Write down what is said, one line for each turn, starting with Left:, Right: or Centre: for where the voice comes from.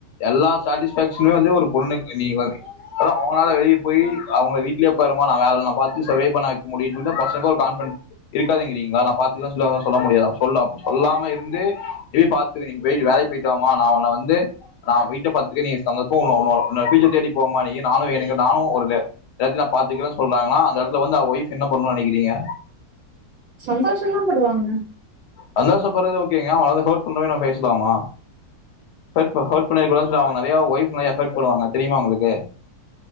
Left: எல்லா சாட்டிஸ ஃபக்ஷனுமே வந்து ஒரு பொண்ணு நீ வரி அப்பு அவங்களால வெளிய போய் அவங்க வீடலயே உட்காராம நா வேலலா பாத்து சர்வே பண்ண வக்க முடியும்ன்ன பசங்க ஒரு கான்பிடன் இருக்காகிதறீங்களா நா பாத்துக்கன்ன சொ சொல்ல முடியாது சொல்ல அப் சொல்லாம இருந்து எப்படி ப பா்த்த நீங்க போயிட்டு வேலைக்கு போயிட்டு வா மா நா உன்ன வந்து நா வீட்ட பாத்துக்க நீ சந்தோஷமா உ உன்னோட பியூச்சர் தேடி போமா நீ நானு எனங்க நானு ஒரு இடத்துல பாத்துக்கலனு சொல்றாங்கான அந்தடத்துல வந்த ஓய்ப் என்ன பண்ணும்னு நீனைக்கிறீங்க
Right: சந்தோஷம் தா படுவாங்க
Left: சந்தோஷ படுறது ஓகேங்க அவன ஹர்ட் பண்ணுற மாரி பேசலாமா ஹர்ட் பண்ணி ஹர்ட் பண்ணிருக்க கூடாது சொல்லி அவங்க நிறைய வைஃப் மாரி ஆஃபெக்ட் பண்ணுவாங்க தெரியுமா உங்களுக்கு